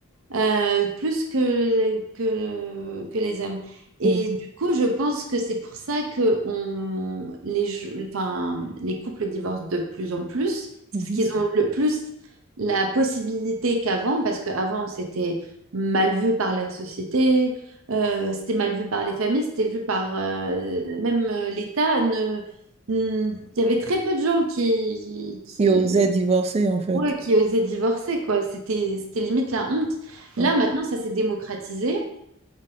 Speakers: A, on the right; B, on the right.
A: euh, plus que, que, que les hommes. Et
B: Mm.
A: du coup, je pense que c'est pour ça que on, les, je- enfin, les couples divorcent de plus en plus. C'est
B: Mhm.
A: parce qu'ils ont le plus la possibilité qu'avant, parce qu'avant, c'était mal vu par la société, euh, c'était mal vu par les familles, c'était vu par euh, même euh, l'État. ne- ne- Il y avait très peu de gens qui, qui,
B: Qui osaient divorcer, en fait.
A: Ouais, qui osaient divorcer, quoi. C'était, c'était limite la honte.
B: Ouais.
A: Là, maintenant, ça s'est démocratisé.